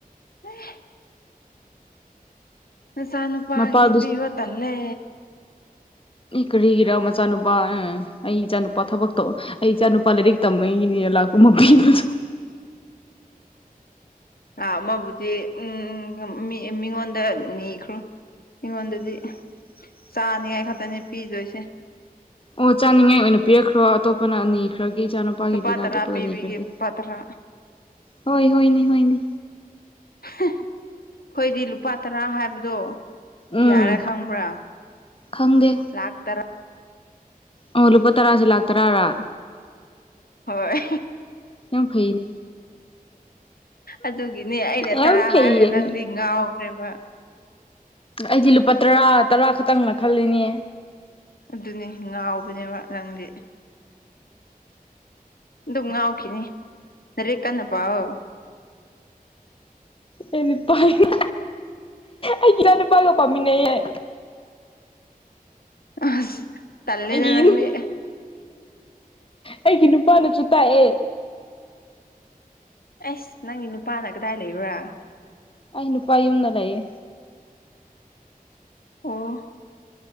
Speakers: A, on the left; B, on the left.
A: ꯎꯝ ꯅꯆꯥꯥ ꯅꯨꯄꯥꯒꯤꯗꯤ
B: ꯃꯄꯥꯗꯨ
A: ꯄꯤꯕꯣ ꯇꯜꯂꯦ
B: ꯀꯔꯤꯒꯤꯔ ꯃꯆꯥꯅꯨꯄꯥ ꯑꯩ ꯏꯆꯥꯅꯨꯄꯥ ꯊꯕꯛꯇꯣ ꯑꯩ ꯏꯆꯥ ꯅꯨꯄꯥ ꯂꯥꯏꯔꯤꯛ ꯇꯝꯃꯒꯤꯅꯤꯅ ꯂꯥꯛꯄ ꯃꯁꯨ
A: ꯉ ꯑꯃꯕꯨꯗꯤ ꯎꯝ ꯃꯤꯉꯣꯟꯗ ꯅꯤꯈ꯭ꯔꯣ ꯑꯩꯉꯣꯟꯗꯗꯤ ꯆꯥꯅꯤꯉꯥꯏ ꯈꯛꯇꯅꯤ ꯄꯤꯗꯣꯏꯁꯦ
B: ꯑꯣ ꯆꯥꯅꯤꯡꯉꯥꯏ ꯑꯣꯏꯅ ꯄꯤꯔꯛꯈ꯭ꯔꯣ ꯑꯇꯣꯞꯄꯅ ꯑꯅꯤ ꯈꯔꯒꯤ ꯆꯥꯅꯕ ꯅꯨꯄꯥꯒꯤꯗꯨꯅ
A: ꯂꯨꯄꯥ ꯇꯔꯥ
B: ꯑꯇꯣꯞꯄꯗ
A: ꯄꯤꯕꯤꯒꯦ
B: ꯅꯤꯈ꯭ꯔꯒꯦ
A: ꯂꯨꯄꯥ ꯇꯔꯥ
B: ꯍꯣꯏ ꯍꯣꯏꯅꯤ ꯍꯣꯏꯅꯤ
A: ꯑꯩꯈꯣꯏꯗꯤ ꯂꯨꯄꯥ ꯇꯔꯥ ꯍꯥꯏꯕꯗꯣ
B: ꯎꯝ
A: ꯀꯌꯥꯌꯥꯔꯥ ꯈꯪ꯭ꯔ
B: ꯈꯪꯗꯦ
A: ꯂꯥꯛ ꯇꯔ
B: ꯑꯣ ꯂꯨꯄꯥ ꯇꯔꯥꯁꯦ ꯂꯥꯛꯇꯔꯥꯔꯥ
A: ꯍꯣꯏ
B: ꯌꯥꯝ ꯐꯩꯅꯦ
A: ꯑꯗꯨꯒꯤꯅꯦ ꯑꯩꯅ
B: ꯌꯥꯝ
A: ꯇꯔꯥ
B: ꯐꯩꯌꯦꯅꯦ
A: ꯍꯥꯏꯔꯒ ꯅꯪꯗꯤ ꯉꯥꯎꯈ꯭ꯔꯦꯕ
B: ꯑꯩꯗꯤ ꯂꯨꯄꯥ ꯇꯔꯥ ꯇꯔꯥ ꯈꯛꯇꯪꯅ ꯈꯜꯂꯤꯅꯦ
A: ꯑꯗꯨꯅꯤ ꯉꯥꯎꯕꯅꯦꯕ ꯅꯪꯗꯤ ꯑꯗꯨꯝ ꯉꯥꯎꯈꯤꯅꯤ ꯅꯔꯦ ꯀꯟꯅ ꯄꯥꯎ
B: ꯑꯦꯅꯤꯄꯥꯏꯒ ꯑꯩ ꯀꯌꯥ ꯅꯨꯄꯥꯏꯒꯣ ꯄꯥꯃꯤꯅꯦꯌꯦꯦ
A: ꯑ ꯇꯂꯦꯗ
B: ꯑꯩꯒꯤ
A: ꯅꯪꯗꯤ
B: ꯑꯩꯒꯤ ꯅꯨꯄꯥꯅꯁꯨ ꯇꯥꯛꯑꯦ
A: ꯑꯩꯁ ꯅꯪꯒꯤ ꯅꯨꯄꯥꯅ ꯀꯗꯥꯏ ꯂꯩꯕ꯭ꯔꯥ
B: ꯑꯩ ꯅꯨꯄꯥ ꯌꯨꯝꯅ ꯂꯩꯌꯦ
A: ꯑꯣ